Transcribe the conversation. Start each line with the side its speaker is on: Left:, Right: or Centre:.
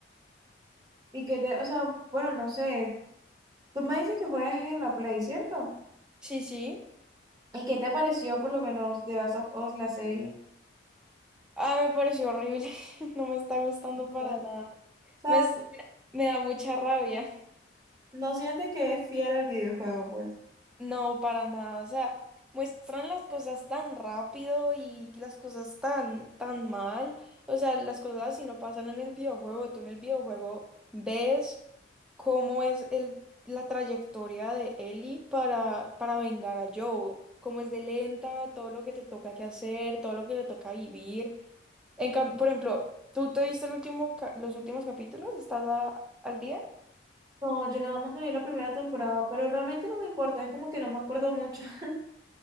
Right: Y que te, o sea, bueno, no sé, Tú me dices que juegas en la Play, ¿cierto?
Centre: sí, sí.
Right: ¿Y qué te pareció por lo menos de Last of Us, la serie?
Centre: Ah, me pareció horrible, <laughs> no me está gustando para
Right: Claro. O
Centre: nada.
Right: sea,
Centre: Me, es- me da mucha rabia.
Right: ¿no sientes que es fiel al videojuego, pues?
Centre: No, para nada. O sea, muestran las cosas tan rápido y las cosas tan, tan mal. O sea, las cosas si no pasan en el videojuego. Tú en el videojuego ves cómo es el, la trayectoria de Ellie para, para vengar a Joe, Cómo es de lenta, todo lo que te toca que hacer, todo lo que le toca vivir. En cam- por ejemplo, ¿tú te viste el último ca- los últimos capítulos? ¿Estás a- al día?
Right: No, yo nada más me vi la primera temporada, pero realmente no me importa, es como que no me acuerdo mucho. <laughs>